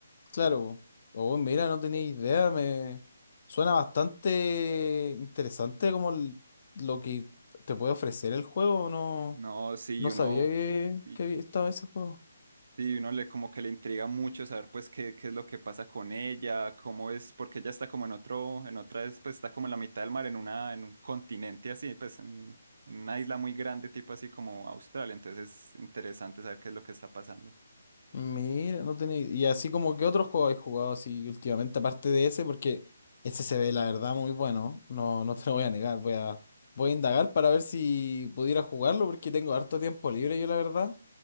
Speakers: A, on the left (about 45°); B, on the right (about 60°).
A: Claro. po. Oh, mira, no tenía idea. Me suena bastante interesante como el- lo que te puede ofrecer el juego. No,
B: No, sí,
A: no
B: y uno,
A: sabía que,
B: y,
A: que había- estaba ese juego.
B: Sí, uno le como que le intriga mucho saber pues qué, qué es lo que pasa con ella, cómo es, porque ella está como en otro, en otra vez, pues está como en la mitad del mar, en una, en un continente así, pues en, en una isla muy grande, tipo así como Australia, entonces es interesante saber qué es lo que está pasando.
A: Mira, no tenía. Y así como que otro juego he jugado así últimamente, aparte de ese, porque ese se ve la verdad muy bueno. No, no te lo voy a negar. Voy a, voy a indagar para ver si pudiera jugarlo, porque tengo harto tiempo libre yo, la verdad.